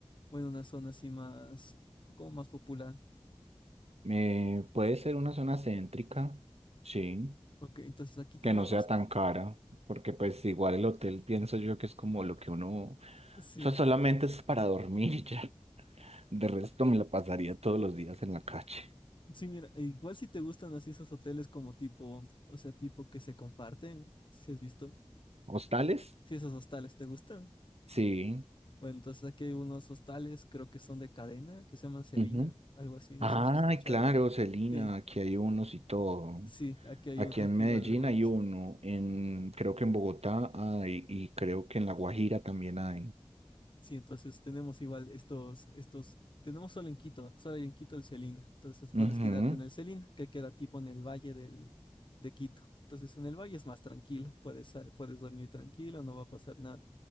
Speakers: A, on the left (about 50°); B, on the right (about 75°).
A: o en una zona así más, como más popular?
B: Eh, puede ser una zona céntrica, sí,
A: Ok, entonces aquí tenemos,
B: que no sea tan cara, porque pues igual el hotel pienso yo que es como lo que uno,
A: sí,
B: eso solamente es para dormir <laughs> y ya. De resto me la pasaría todos los días en la calle.
A: sí, mira, igual si te gustan así esos hoteles como tipo, o sea, tipo que se comparten, si has visto,
B: ¿Hostales?
A: si esos hostales te gustan.
B: Sí.
A: Bueno, entonces aquí hay unos hostales, creo que son de cadena, que se llaman Celina,
B: ujú.
A: algo así, no
B: Ay,
A: sé si se escuchado.
B: claro, Celina,
A: Sí,
B: aquí hay unos y todo.
A: sí, aquí hay
B: Aquí
A: un, aquí
B: en Medellín
A: igual algunos.
B: hay uno, en, creo que en Bogotá hay, y creo que en La Guajira también hay.
A: Sí, entonces tenemos igual estos, estos, tenemos solo en Quito, solo hay en Quito el Celina. Entonces puedes
B: Ujú,
A: quedarte en el Celina, que queda tipo en el valle del, de Quito. Entonces en el valle es más tranquilo, puedes, sal- puedes dormir tranquilo, no va a pasar nada.